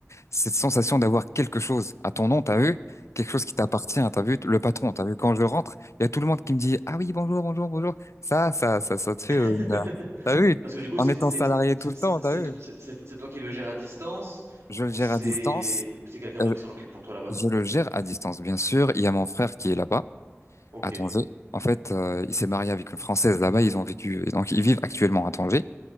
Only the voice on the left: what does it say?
cette sensation d'avoir quelque chose à ton nom, t'as vu? Quelque chose
qui t'appartient, t'as vu le patron, t'as vu quand je rentre, il y a tout le monde qui me dit ah oui bonjour bonjour bonjour. Ça ça ça ça te fait euh,
une- euh, t'as vu
en
étant
salarié
tout le
temps,
t'as vu?
Je le
gère
à distance.
euh,
je le gère à distance, bien sûr. Il y a mon frère qui est là-bas.
à Tanger. En fait, euh, il s'est marié avec une Française là-bas. Ils ont vécu, et donc ils vivent actuellement à Tanger.